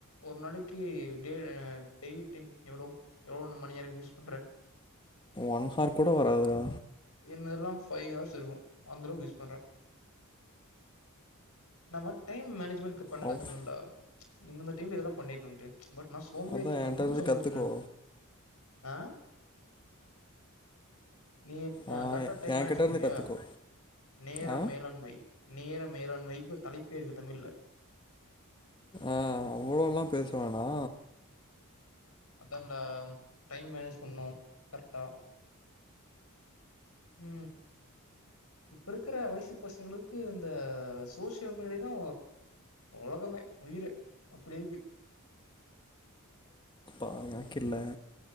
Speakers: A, on the left; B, on the left.
A: ஒரு நாளைக்கு டே டெய்லி டைம் எவ்ளோ எவ்ளோ மணி நேரம் யூஸ் பண்ற
B: ஒன் ஹார் கூட வராதுடா
A: என்னதெலா ஃபைவ் ஹார்ஸ் இருக்கு அந்த அளவுக்கு யூஸ் பண்றே நம்ம டைம் மேனேஜ்மெண்ட் பண்ண
B: அவ்
A: கத்துக்கணும்ண்டா இந்தந்த டைம்ல இதெல்லா பண்ணிரனுன்ட்டு பட் நா சோம்பேரித்தனோ
B: அதா என்ட்ட
A: ரொம்ப
B: இருந்து
A: சோம்பேரித்தனோ
B: கத்துக்கோ
A: எனக்கு ஆ நீ நா
B: ஆ
A: கரெக்ட்டா டைம்
B: என்கிட்ட
A: மேனேஜ் பண்ணுவியா
B: இருந்து கத்துக்கோ
A: நேரம்
B: ஆ
A: மேலாண்மை நேர மேலாண் வைப்பு தலைப்பே இருக்கு தமிழ்ல
B: ஆ அவ்ளோலா பேசவேனா
A: அதான்டா இந்த டைம் மேனேஜ் பண்ணோ கரெக்ட்டா உ இப்ப இருக்கிற வயசு பசங்களுக்கு இந்த சோசியல் மீடியா தா உலகமே உயிரே அப்டி இருக்கு
B: ஆ ஓகேல